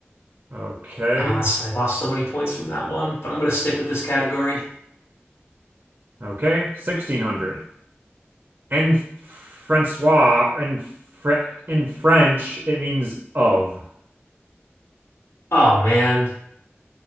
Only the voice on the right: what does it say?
Okay.
Okay. 1600. En Francois, in, Fr in French, it means of.